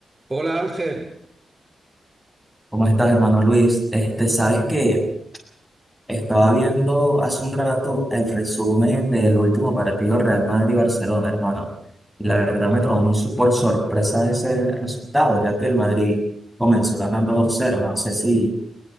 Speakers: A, on the right; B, in the centre.
A: Hola Ángel.
B: ¿Cómo estás, hermano Luis? Este, sabes que estaba viendo hace un rato el resumen del último partido Real Madrid-Barcelona, hermano. Y la verdad
A: Ajá.
B: me tomó muy so- por sorpresa ese resultado, ya que el Madrid comenzó ganando dos cero. No sé si